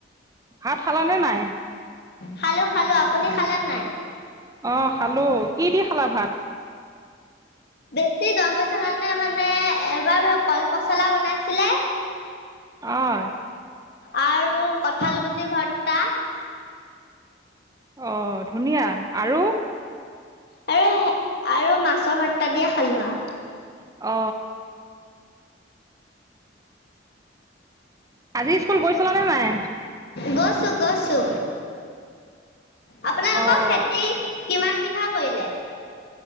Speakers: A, on the right; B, on the left.
A: ভাত খালানে নাই?
B: খালো খালো, আপুনি খালে নে নাই?
A: অহ খালো, কি দি খালা ভাত?
B: বেছি গৰম পৰিচে কাৰণে মানে এবাৰ হে কল পচলা বনাইছিলে
A: অয়
B: আৰু কঠাল গুটি ভৰ্তা।
A: অ ধুনীয়া, আৰু?
B: আৰু হে আৰু মাছৰ ভৰ্তা দিয়ে খালো আও
A: অ আজি স্কুল গৈছিলা নে নাই?
B: গৈছো গৈছো আপোনা
A: অ অ।
B: খেতি কিমান বিঘা কৰিলে?